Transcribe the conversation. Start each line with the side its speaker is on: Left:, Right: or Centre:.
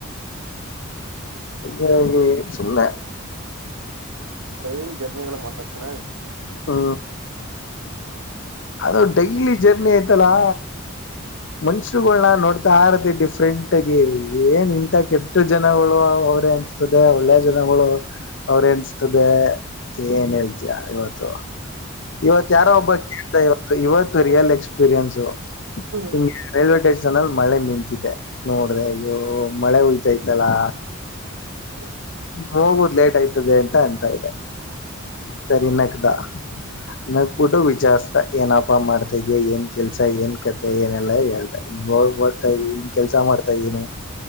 Left: ಅರಾಗಿ ಸುಮನೆ
Right: ಟ್ರೈನ್ ಜರ್ನಿಗಳು ಮ ಮಾಡ್ಬೇಕಕ್ಕಣ
Left: ಹಾ
Right: ಹ್ಮ
Left: ಅದು ಡೈಲಿ ಜರ್ನಿ ಆಯ್ತಲ್ಲಾ ಮನ್ಷರುಗಳನ್ನ ನೋಡ್ತಾಾರತಿ ಡಿಫ್ರೆಂಟ್ಗಿ ಏನ್ ಇಂಂತ ಕೆ ಎಷ್ಟು ಜನಗಳು ಅವರೇ ಅನ್ಸ್ತದೆ ಒಳ್ಳೆ ಜನಗಳು ಅವ್ರೇನ್ಸ್ತದೆ ಏನ್ ಹೇಳ್ತಯ ಇವತ್ತು ಇವತ್ ಯಾರೋ ಒಬ್ಬ ಕೇಳತಾ ಇವತ್ತು ಇವತ್ತು ರಿಯಲ್ ಎಕ್ಸ್ಪೀರಿಯನ್ಸ್
Right: ಹೌದು
Left: ಹಿಂಗೆ ರೈಲ್ವೆ ಸ್ಟೇಷನ್ ಅಲ್ಲಿ ಮಳೆ ನಿಂತಿದೆ ನೋಡ್ರೆ ಇ್ಯ ಮಳೆ ಹಯ್ತೈತಲ್ಲಾ
Right: ಹ
Left: ಹೋಗುದು್ ಲೇಟ್ ಆಯ್ತದೆ ಅಂತ ಅನ್ಂತಾ ಇದೆ ಸರಿ ನಕ್ದ ನ ಕುೂಟು ವಿಚಾರಸ್ತ ಏನಪ ಮಾಡ್ತ ಏನ್ ಕೆಲ್ಸ ಏನ್ ಕತೆೆ ಏನೆಲ್ಲಾ ಹೇಳ್ದ ಇದ ಕೆಲ್ಸ ಮಾಡ್ತಾ ಇದ್ದೀನಿ